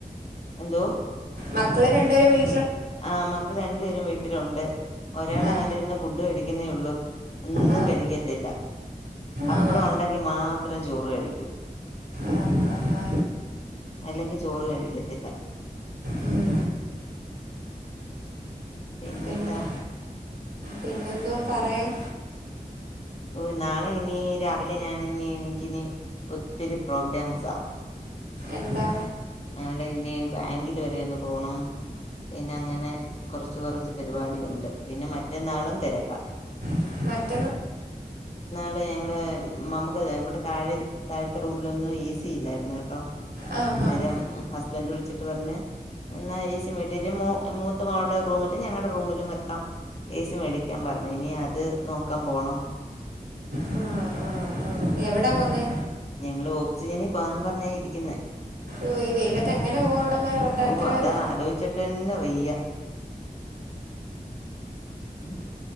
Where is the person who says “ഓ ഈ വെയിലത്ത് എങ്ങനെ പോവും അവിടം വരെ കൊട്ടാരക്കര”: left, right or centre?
Right